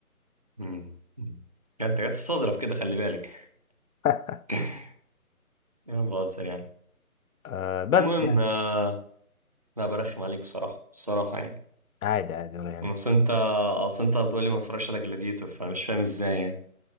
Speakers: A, on the right (about 25°); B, on the left (about 70°).
A: امم يعني انت جاي تستظرف كده خلي بالك
B: <laughs>
A: <laughs> يا عم بهزر يعني
B: آه بس
A: المهم
B: يعني
A: آه، لا برخم عليك بصراحة بصراحة يعني
B: عادي عادي ولا يعني
A: اصل انت اصل انت بتقول لي ما اتفرجش على جلاديتور فانا مش فاهم ازاي يعني